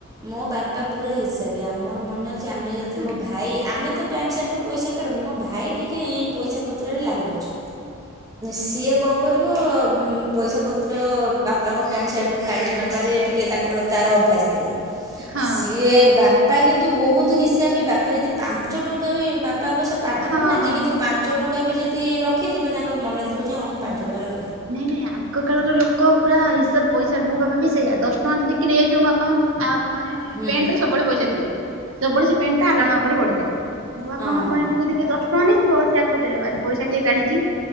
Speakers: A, on the right (about 15°); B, on the right (about 75°).
A: ମୋ ବାପା ପୁରା ହିସାବି ଆମର ମନେ ଯେ ଆମେ ଯଦି
B: ହଁ
A: ମୋ ଭାଇ ଆମେ ତ ପ୍ୟାଣ୍ଟ ସାର୍ଟ ରୁ ପଇସା କାଢୁନୁ ମୋ ଭାଇ ଟିକେ ଏଇ ପଇସା ପତ୍ରରେ ଲାଲୁଛ ସିଏ କଣ କରିବ ପଇସା ପତ୍ର ବାପାଙ୍କ ପ୍ୟାଣ୍ଟ ସାର୍ଟରୁ କାଢ଼ିକି ନେବାରେ ଟିକେ ତାଙ୍କର ତାର ଅଭ୍ୟାସ ଥିଲା।
B: ହଁ
A: ସିଏ ବାପା କିନ୍ତୁ ବହୁତ ହିସାବି ବାପା ଯଦି ପାଞ୍ଚ ଟଙ୍କା ବି ବା ପା ଅବଶ୍ୟ ପାଠ
B: ହଁ
A: ପଢିନାହାଁନ୍ତି
B: ହଁ
A: କିନ୍ତୁ ପାଞ୍ଚ ଟଙ୍କା ବି ଯଦି ରଖିଥିବେ ତାଙ୍କର ମନେଥିବ ଯେ ହଁ ମୁଁ ପାଞ୍ଚ ଟଙ୍କା ର
B: ନାଇଁ ନାଇଁ ଆଗ କାଳର ଲୋକ ପୁରା ହିସାବ ପଇସାରେ ମୋ ବାପା ବି ସେଇଆ ଦଶ ଟଙ୍କା ଯଦି କି ନେଇ ଯାଇଥିବ ମୋ ବାପାଙ୍କ ଆ ମାନେ
A: ହୁଁ
B: ପେଣ୍ଟରେ ସବୁବେଳେ ପଇସା ଥିବ ସବୁବେଳେ ସେ ପେଣ୍ଟ ଟା ଆଲଣା ଉପରେ ପଡିଥାଏ। ମୋ ବାପାଙ୍କ
A: ହଁ ହଁ
B: ପେଣ୍ଟରୁ ଯଦି କିଏ ଦଶ ଟଙ୍କା ନେଇଥିବ ସେ ଆଗପଚାରିବେ ଆଜି ପଇସା କିଏ କାଢିଚି।